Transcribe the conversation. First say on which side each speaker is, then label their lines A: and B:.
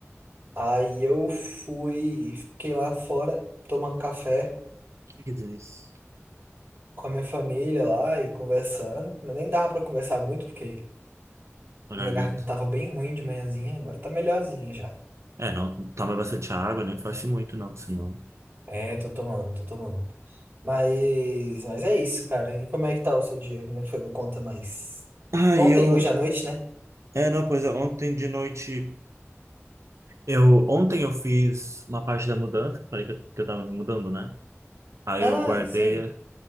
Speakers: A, on the right; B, on the right.
A: Aí eu fui, fiquei lá fora tomando café
B: Ai, Que delícia.
A: com a minha família lá e conversando. Eu nem dava pra conversar muito porque
B: A
A: minha
B: garganta.
A: garganta tava bem ruim de manhãzinha, agora tá melhorzinha já.
B: É, não, toma bastante água, nem faz muito, não, senão.
A: É, tô tomando, tô tomando. Mas, mas é isso, cara. E como é que tá o seu dia? Como é que foi? Não conta mais.
B: Ah,
A: Ontem,
B: eu.
A: hoje à noite, né?
B: É, não, pois é, ontem de noite. Eu, ontem eu fiz uma parte da mudança, que eu falei que eu, que eu tava me mudando, né? Aí
A: Ah,
B: eu guardei,
A: sim,